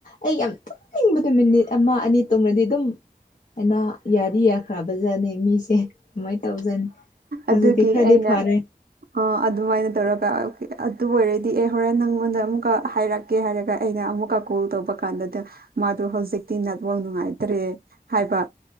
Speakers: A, on the left (about 55°); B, on the right (about 70°).
A: ꯑꯩ ꯌꯥꯝ ꯇꯨꯝꯅꯤꯡꯕꯗꯨ ꯃꯤꯅꯤꯠ ꯑꯃ ꯑꯃ ꯑꯅꯤ ꯇꯨꯝꯔꯗꯤ ꯑꯗꯨꯝ ꯀꯩꯅꫭ ꯌꯥꯗꯤ ꯌꯥꯈ꯭ꯔꯕꯖꯥꯠꯅꯦ ꯃꯤꯁꯦ ꯑꯗꯨꯃꯥꯏꯅ ꯇꯧꯖꯥꯅꯤ ꯍꯧꯖꯤꯛꯇꯤ
B: ꯑꯗꯨꯒꯤ
A: ꯈꯔꯗꯤ
B: ꯑꯩꯅ
A: ꯐꯔꯦ
B: ꯑꯥ ꯑꯗꯨꯃꯥꯏꯅ ꯇꯧꯔꯒ ꯑꯗꯨ ꯑꯣꯏꯔꯗꯤ ꯑꯦ ꯍꯣꯔꯦꯟ ꯅꯪꯉꯣꯟꯗ ꯑꯃꯨꯛꯀ ꯍꯥꯏꯔꯛꯀꯦ ꯍꯥꯏꯔꯒ ꯑꯩꯅ ꯑꯃꯨꯛꯀ ꯀꯣꯜ ꯇꯧꯕ ꯀꯥꯟꯗꯗ ꯃꯥꯗꯣ ꯍꯧꯖꯤꯛꯇꯤ ꯅꯠꯋꯥꯛ ꯅꯨꯡꯉꯥꯏꯇ꯭ꯔꯦ ꯍꯥꯏꯕ